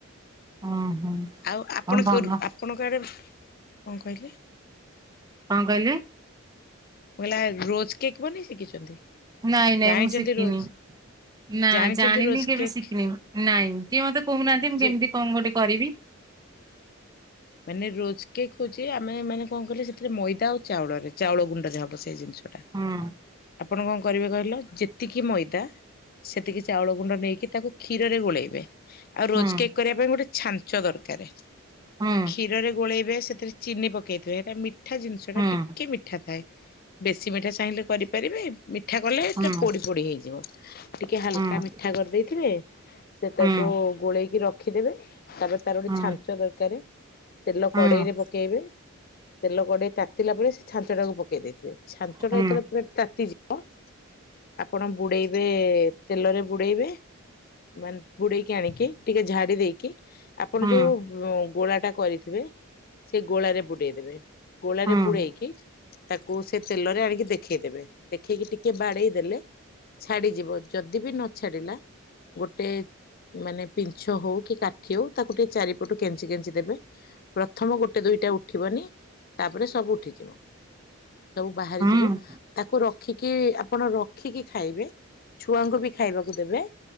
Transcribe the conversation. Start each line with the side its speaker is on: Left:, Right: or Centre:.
Right: ଓହୋ
Left: ଆଉ ଆପଣ
Right: ହଉ ଭଲ
Left: ଆପଣଙ୍କ ଆଡ଼େ କଣ କହିଲି
Right: କଣ କହିଲି
Left: କହିଲ ରୋଜ କେକ୍ ବନେଇ ଶିଖିଛନ୍ତି
Right: ନାଇଁ ନାଇଁ
Left: ଜାଣିଛନ୍ତି
Right: ମୁଁ ଶିଖିନି
Left: ରୋଜ
Right: ନା
Left: ଜାଣିଛନ୍ତି
Right: ଜାଣିନି
Left: ରୋଜ
Right: କେବେ
Left: କେକ୍
Right: ଶିଖିନି ନାଇଁ ଟିକେ ମତେ କହୁନାହାନ୍ତି ମୁଁ
Left: ଯେ
Right: କେମିତି କଣ ଗୋଟେ କରିବି
Left: ମାନେ ରୋଜକକ୍ ହଉଛି ଆମେ ମାନେ କଣ କହିଲ ସେଥିରେ ମଇଦା ଆଉ ଚାଉଳରେ ଚାଉଳ ଗୁଣ୍ଡରେ ହବ ସେଇ ଜିନିଷ ଟା
Right: ହୁଁ
Left: ଆପଣ କଣ କରିବେ କହିଲ ଯେତିକି ମଇଦା ସେତିକି ଚାଉଳ ଗୁଣ୍ଡ ନେଇକି ତାକୁ କ୍ଷୀରରେ ଗୋଳେଇବେ ଆଉ ରୋଜକକ୍
Right: ହୁଁ
Left: କରିବା ପାଇଁ ଗୋଟେ ଛାଞ୍ଚ ଦରକାର
Right: ହୁଁ
Left: କ୍ଷୀରରେ ଗୋଳେଇବେ ସେଥିରେ ଚିନି ପକେଇଥିବେ ସେଟା ମିଠା ଜିନିଷ
Right: ହୁଁ
Left: ଟା ଟିକେ ମିଠା ଥାଏ ବେଶୀ ମିଠା ଚାହିଁଲେ କରିପାରିବେ ମିଠା କଲେଟା
Right: ହୁଁ ହୁଁ
Left: ପୋଡି ପୋଡି ହେଇଯିବ ଟିକେ ହାଲକା
Right: ହୁଁ
Left: ମିଠା କରିଦେଇଥିବେ ସେ ତାକୁ
Right: ହୁଁ
Left: ଗୋଳେଇକି ରଖିଦେବେ ତାପରେ ତାର ଗୋଟେ
Right: ହୁଁ
Left: ଛାଞ୍ଚ
Right: ହୁଁ
Left: ଦରକାର ତେଲ
Right: ହୁଁ
Left: କଡେଇରେ
Right: ହୁଁ
Left: ପକେଇବେ ତେଲ କଡେଇ ତାତିଲା ପରେ ସେ ଛାଞ୍ଚଟାକୁ ପକେଇ ଦେଇଥିବେ ଛାଞ୍ଚ
Right: ହୁଁ
Left: ଟା
Right: ହୁଁ
Left: ଯେତେବେଳେ ପୁରା ତାତିଯିବ ଆପଣ ବୁଡେଇବେ ତେଲରେ ବୁଡେଇବେ ମାନେ ବୁଡେଇକି ଆଣିକି ଟିକେ ଝାଡି ଦେଇକି ଆପଣ
Right: ହୁଁ। ହୁଁ
Left: ଯୋଉ ଗୋଳା ଟା କରିଥିବେ ସେ ଗୋଳାରେ ବୁଡେଇଦେବେ ଗୋଳାରେ
Right: ହୁଁ
Left: ବୁଡେଇକି ତାକୁ ସେ ତେଲରେ ଆଣିକି ଦେଖେଇଦେବେ ଦେଖେଇକି ଟିକେ ବାଡେଇ ଦେଲେ ଛାଡିଯିବ ଯଦି ବି ନ ଛାଡିଲା ଗୋଟେ ମାନେ ପିଞ୍ଛ ହଉ କି କାଠି ହଉ ତାକୁ ଟିକେ ଚାରିପଟୁ କେଞ୍ଚି କେଞ୍ଚି ଦେବେ ପ୍ରଥମ ଗୋଟେ ଦୁଇଟା ଉଠିବନି ତାପରେ ସବୁ ଉଠିଯିବ। ସବୁ ବାହାରି ଯିବ।
Right: ହୁଁ
Left: ତାକୁ ରଖିକି ଆପଣ ରଖିକି ଖାଇବେ ଛୁଆଙ୍କୁ ବି ଖାଇବାକୁ ଦେବେ